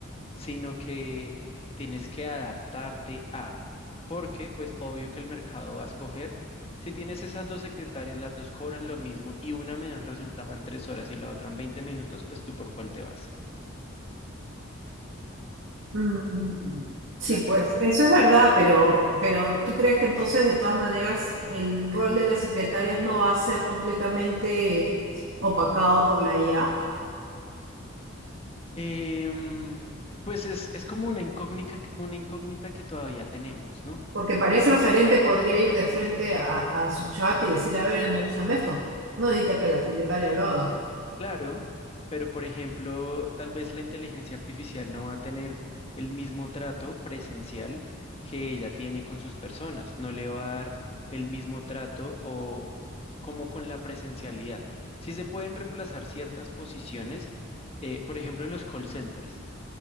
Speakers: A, on the left; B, on the right.
A: sino que tienes que adaptarte a, porque pues obvio que el mercado va a escoger, si tienes esas dos secretarias, las dos cobran lo mismo y una me da el resultado en tres horas y la otra en 20 minutos, pues tú por cuál te vas.
B: Mm, sí,
A: La
B: pues
A: que,
B: eso es verdad, pero, pero ¿tú crees que entonces de todas maneras el rol de las secretarias no va a ser completamente opacado por la IA?
A: em, pues es, es como una incógnita, que- una incógnita que todavía tenemos, ¿no?
B: Porque para eso el gerente podría ir de frente a, a su chat y decirle, a ver, analízame esto. No necesita que la secretaria lo haga.
A: Claro, pero por ejemplo, tal vez la inteligencia artificial no va a tener el mismo trato presencial que ella tiene con sus personas, no le va a dar el mismo trato o como con la presencialidad. Sí se pueden reemplazar ciertas posiciones, eh, por ejemplo, los call centers.